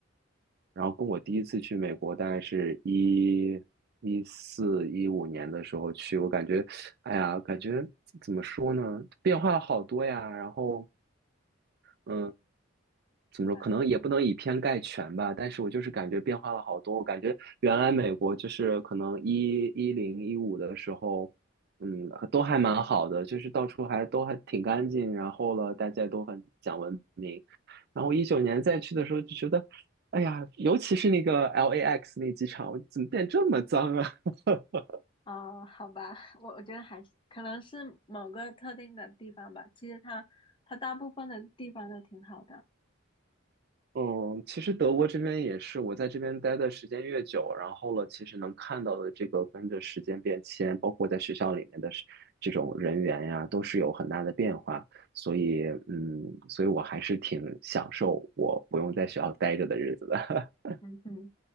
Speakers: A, on the right; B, on the left.
A: 然后跟我第一次去美国，大概是一一四一五年的时候去，我感觉，哎呀，感觉怎么说呢，变化了好多呀。然后嗯，怎么说？
B: 是吗？
A: 可能也不能以偏概全吧，但是我就是感觉变化了好多。我感觉原来美国就是可能一一零一五的时候，嗯，都还蛮好的，就是到处还都还挺干净，然后了，大家都很讲文明。然后一九年再去的时候就觉得，哎呀，尤其是那个 LAX 那机场，我怎么变这么脏啊？<laughs>
B: 哦，好吧，我我觉得还是可能是某个特定的地方吧。其实它它大部分的地方都挺好的。
A: 嗯，其实德国这边也是，我在这边待的时间越久，然后了，其实能看到的这个跟着时间变迁，包括在学校里面的是这种人员呀，都是有很大的变化。所以，嗯，所以我还是挺享受我不用在学校待着的日子的。<laughs>
B: 嗯哼，